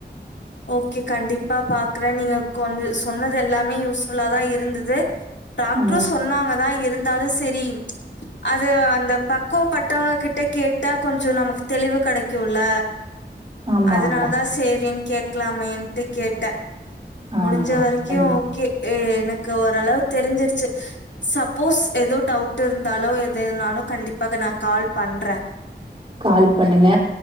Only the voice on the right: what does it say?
ஆ
ஆமா
ஆமா
ஆமா
கண்
கால் பண்ணுங்க